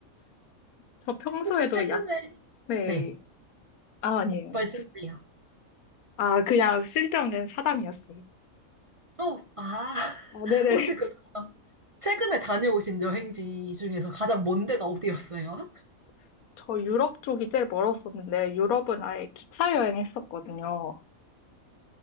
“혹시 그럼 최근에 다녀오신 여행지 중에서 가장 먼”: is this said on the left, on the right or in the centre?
Right